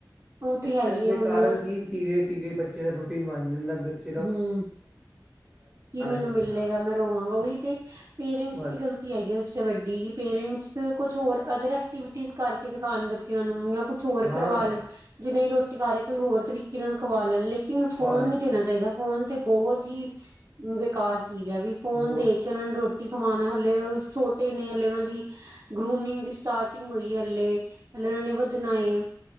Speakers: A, on the right (about 40°); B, in the centre.
A: ਉਹ
B: ਏਸ
A: ਤੇ ਹੈਗੀ
B: ਦੇ
A: ਹੈ ਹੁਣ
B: ਕਾਰਨ ਕਿ ਧੀਰੇ-ਧੀਰੇ ਬੱਚੇ ਦਾ ਰੂਟੀਨ ਬਨ ਜਾਂਦਾ। ਬਚ
A: ਹਮ ਕੀ ਮੈਨੂੰ
B: ਤੇ ਚਲਾਉਣਾ
A: ਮਿਲੇਗਾ ਮੈਂ ਰੋਵਾਂਗਾ ਉਹੀ ਤੇ ਪੇਰੈਂਟਸ
B: ਬਸ
A: ਦੀ ਗਲ ਤੀ ਹੈਗੀ ਸਬਸੇ ਵੱਡੀ ਕਿ ਪੇਰੈਂਟਸ ਕੁਛ ਹੋਰ ਅਦਰ ਐਕਟੀਵਿਟੀਜ਼ ਕਰਕੇ ਦਿਖਾਣ ਬੱਚਿਆਂ ਨੂੰ ਯਾਂ ਕੁਛ ਹੋਰ
B: ਹਾਂ
A: ਕਰਵਾ ਲੈਨ, ਜੇ ਨਹੀਂ ਰੋਟੀ ਖਾਰੇ ਕੋਈ ਹੋਰ ਤਰੀਕੇ ਨਾਲ ਖਵਾ ਲੈਨ ਲੇਕਿਨ ਫੋਨ
B: ਖਵਾ ਲੈਣ
A: ਨੀ ਦੇਣਾ ਦਾ ਫੋਨ ਤੇ ਬਹੁਤ ਹੀ ਬੇਕਾਰ ਚੀਜ਼ ਐ, ਵੀ ਫੋਨ
B: ਬਹੁਤ
A: ਦੇਕੇ ਉਨਾਂ ਨੂੰ ਰੋ ਟੀ ਖਵਾਨਾ, ਹਲੇ ਔ ਛੋਟੇ ਨੇ ਹਲੇ ਉਨਾਂ ਦੀ ਗਰੂਮਿੰਗ ਦੀ ਸਟਾਰਟਿੰਗ ਹੋਈ ਹਲੇ। ਹਲੇ ਉਨਾਂ ਨੇ ਵਦਨਾ ਏ।